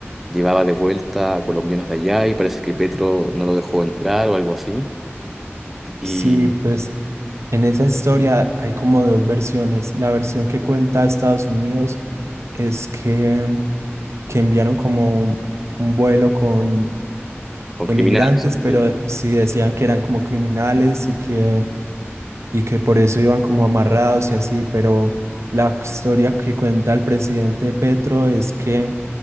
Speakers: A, in the centre; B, on the right.
A: llevaba de vuelta a colombianos de allá y parece que Petro no lo dejó entrar o algo así. Y
B: Sí, pues En esa historia hay como dos versiones. La versión que cuenta Estados Unidos es que, que enviaron como un vuelo con
A: con
B: emigrantes,
A: criminales. según
B: pero
A: ellos.
B: sí decían que eran como criminales y que, y que por eso iban como amarrados y así, pero la historia que cuenta el presidente Petro es que